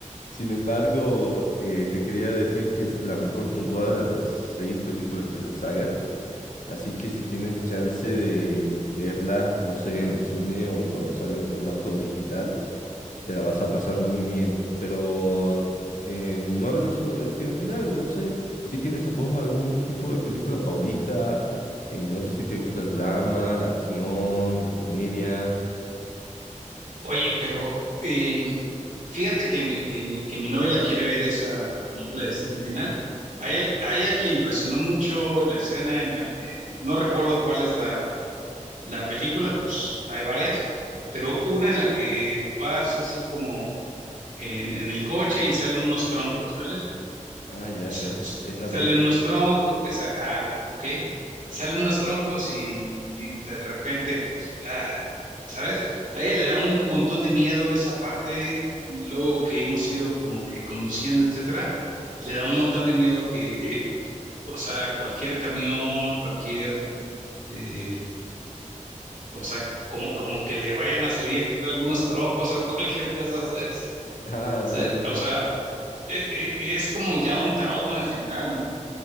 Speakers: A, on the left; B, on the right.
A: Sin embargo, eh, te quería decir que es la mejor puntuada de las seis películas de la saga. Así que si tienes chance de verla, no sé, en el cine o cuando salga en formato digital, te la vas a pasar muy bien. Pero eh, no hablemos solo de Destino Final, no sé si tienes vos algún tipo de película favorita, eh, no sé si te gusta el drama, la acción, la comedia.
B: Oye, pero eh, fíjate que, mi- que, que mi novia la quiere ver esa película de Destino Final. A él, a ella le impresionó mucho la escena en la que, no recuerdo cuál es la, la película, pues hay varias, pero una en la que vas así como en, en el coche y salen unos troncos, ¿sabes?
A: Ah, ya,
B: sa-
A: ya, es la
B: salen
A: dos.
B: unos troncos, esa- ah, ok, salen unos troncos y de repente, pues, ah, ¿sabes? A ella le da un montón de miedo esa parte, luego que hemos ido como que conduciendo, etcétera, le da un montón de miedo que, o sea, cualquier camión, cualquier, eh, o sea, como, como que le vayan a salir algunos troncos o <laughs> cualquier cosa, ¿sabes?
A: Ah,
B: ¿Sabes?
A: bueno.
B: O sea, e- e- es como ya un trauma general, ¿no?